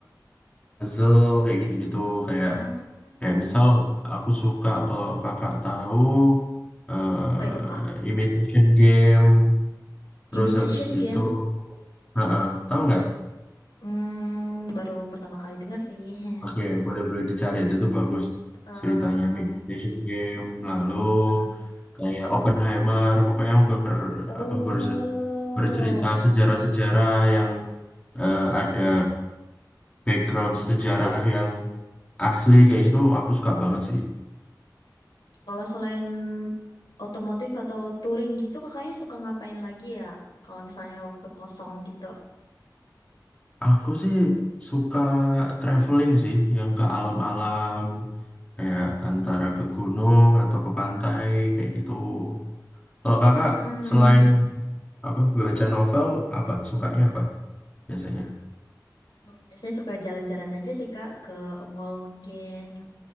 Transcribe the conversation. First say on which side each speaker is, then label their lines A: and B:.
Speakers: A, on the left; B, on the left.
A: puzzle kayak gitu-gitu kayak
B: hmm,
A: kayak misal aku suka kalau kakak tahu eh,
B: apa itu Kak?
A: Imitation Game terus
B: Imitation
A: habis gitu,
B: Game.
A: heeh, tahu nggak?
B: Hmm, baru pertama kali dengar sih. <laughs>
A: Oke, boleh-boleh dicari itu, itu bagus
B: eh
A: ceritanya Meditation Game, lalu
B: nah,
A: kayak Oppenheimer, pokoknya yang ber
B: oh.
A: apa berje- bercerita sejarah-sejarah yang eh, ada background sejarah yang asli kayak gitu aku suka banget sih.
B: Kalau selain otomotif atau touring gitu, kakaknya suka ngapain lagi ya? Kalau misalnya waktu kosong gitu.
A: Aku sih suka traveling sih yang ke alam-alam kayak antara ke gunung atau ke pantai kayak gitu. Kalau kakak
B: Mm-mm.
A: selain apa baca novel apa sukanya apa biasanya?
B: Hmm, Biasanya suka jalan-jalan aja sih Kak, ke mall mungkin.